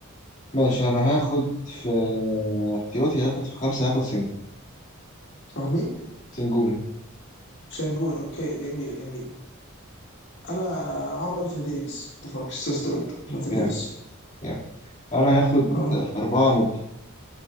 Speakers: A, on the left; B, on the left.
A: ماشي انا هاخد في احتياطي هاخد في خمسة هاخد سنجل
B: تاخد مين؟
A: سنجون
B: شانجون اوكي جميله جميله انا هاخد انثوني ديفيس اتفق سو ستوبد انثوني
A: جامد
B: ديفيس
A: جامد انا هاخد
B: اه
A: في أربعة موبي